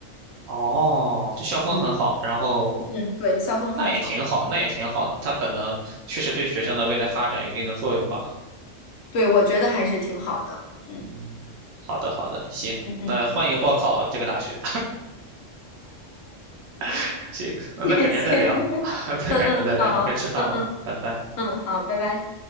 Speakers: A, on the right; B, on the left.
A: 哦，就校风很好，
B: 嗯，
A: 然后
B: 嗯，对，校风很好，
A: 那也挺好，那也挺好的。它可能确实对学生的未来发展有一定的作用吧。
B: 对，我觉得还是挺好的，嗯
A: 嗯，好的好的，行，
B: 嗯嗯。
A: 那欢迎报考这个大学。<laughs> 行，
B: <laughs>
A: 那那改天再聊，
B: 谢谢，<laughs>
A: <laughs> 再改天再聊，
B: 嗯嗯，好，
A: 该吃饭了，
B: 嗯嗯
A: 拜拜。
B: 嗯，好，拜拜。